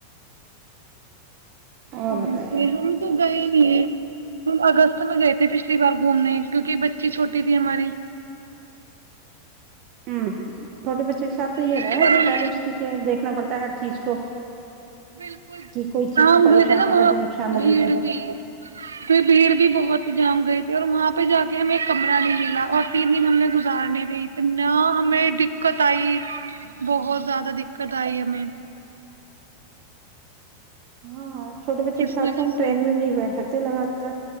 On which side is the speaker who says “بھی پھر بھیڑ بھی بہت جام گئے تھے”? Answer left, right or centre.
Right